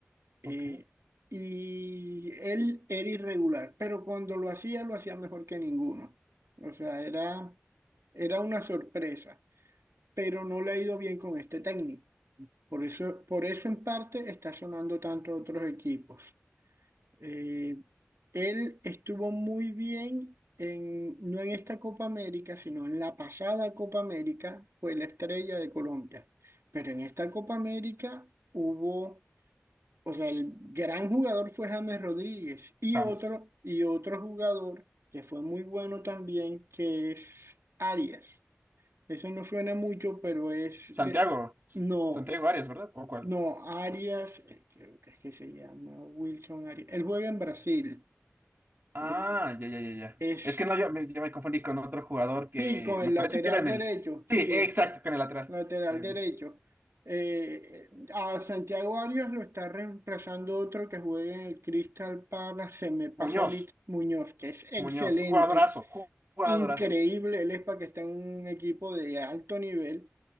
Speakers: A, on the right; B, on the right.
A: eh,
B: Ok,
A: y él era irregular, pero cuando lo hacía, lo hacía mejor que ninguno. O sea, era, era una sorpresa, pero no le ha ido bien con este técnico. Por eso, por eso en parte está sonando tanto a otros equipos. Eh, él estuvo muy bien en, no en esta Copa América, sino en la pasada Copa América, fue la estrella de Colombia. Pero en esta Copa América hubo, o sea, el gran jugador fue James Rodríguez y
B: James.
A: otro, y otro jugador que fue muy bueno también, que es Arias. Eso no suena mucho, pero es
B: Santiago,
A: de,
B: S-
A: no,
B: Santiago Arias, ¿verdad? ¿O cuál?
A: no, Arias, eh, creo que es que se llama Wilson Arias. Él juega en Brasil.
B: Ah,
A: Eh,
B: ya, ya, ya, ya.
A: es,
B: Es que no, yo, me- yo me confundí con otro jugador que
A: sí, con
B: me
A: el
B: parece
A: lateral
B: que era en
A: derecho,
B: el...
A: sí,
B: Sí, exacto,
A: es
B: con el lateral.
A: lateral
B: Eh,
A: derecho. Eh, eh, a Santiago Arias lo está reemplazando otro que juega en el Crystal Palace, se me pasa
B: Muñoz,
A: ahorita Muñoz, que es excelente,
B: Muñoz, jugadorazo, ju- jugadorazo.
A: increíble, él es para que está en un equipo de alto nivel,